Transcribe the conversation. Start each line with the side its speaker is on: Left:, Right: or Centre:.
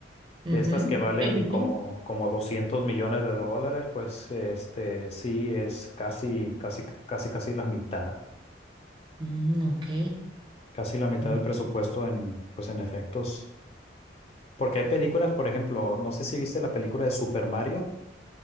Right: Ujú.
Left: de estas que valen
Right: Sí, sí,
Left: como,
Right: sí.
Left: como 200 millones de dólares, pues este sí es casi, casi, casi, casi la mitad,
Right: Mm, ok.
Left: casi la mitad
Right: Mm.
Left: del presupuesto en, pues en efectos. Porque hay películas, por ejemplo, no sé si viste la película de Super Mario,